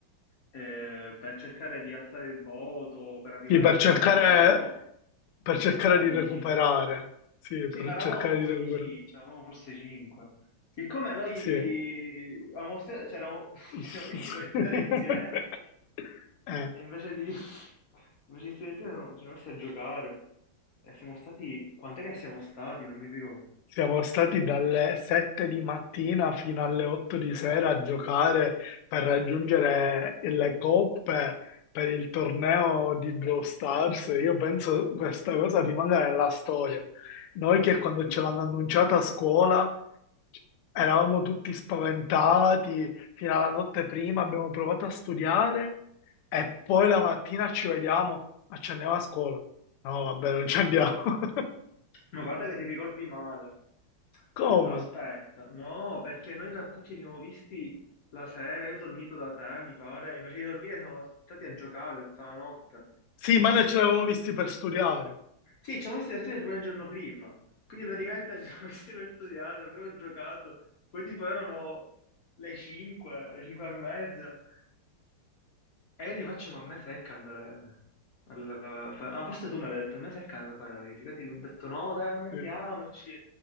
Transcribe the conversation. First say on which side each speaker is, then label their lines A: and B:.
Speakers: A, on the left; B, on the left.
A: eh, per cercare di alzare il voto, per arrivare
B: Sì, per
A: a
B: cercare,
A: sei, no? comunque eravamo,
B: per cercare
A: eravamo
B: di
A: vicini.
B: recuperare. Sì,
A: Sì,
B: per
A: ma eravamo
B: cercare
A: molto
B: di recuperare.
A: vicini, cioè eravamo forse cinque. Siccome noi
B: Sì.
A: avevamo stud- cioè, eravamo- <laughs> ci
B: <laughs>
A: siamo visti per studiare insieme,
B: Eh.
A: e invece di, <laughs> invece di studiare insieme siamo- ci siamo messi a giocare. E siamo stati... Quant'è che siamo stati? Non mi ricordo.
B: Siamo stati dalle 7 di mattina fino alle 8 di sera a giocare per raggiungere le coppe per il torneo di Brawl Stars. Io penso questa cosa rimanga nella storia. Noi che quando
A: Mm.
B: ce l'hanno annunciata a scuola eravamo tutti spaventati, fino alla notte prima abbiamo provato a studiare e poi la mattina ci vediamo, ma ci andiamo a scuola. No, vabbè, non ci andiamo. <laughs>
A: Ma guarda che ti ricordi male.
B: Come?
A: Aspetta, no, perché noi in realtà ci siamo visti la sera, io ho dormito da te, mi pare, e invece di dormire siamo stati a giocare tutta la notte.
B: Sì, ma noi ce l'avevamo visti per studiare.
A: Sì, ci siamo messi da studio proprio il giorno prima, quindi praticamente ci siamo messi per studiare, abbiamo giocato, poi tipo erano le 5, 5 e mezza, e io gli faccio, ma a me secca andare al- a fare- ma forse tu me l'hai detto, a me secca andare a fare la verifica, ti ho detto no dai, andiamoci,
B: sì.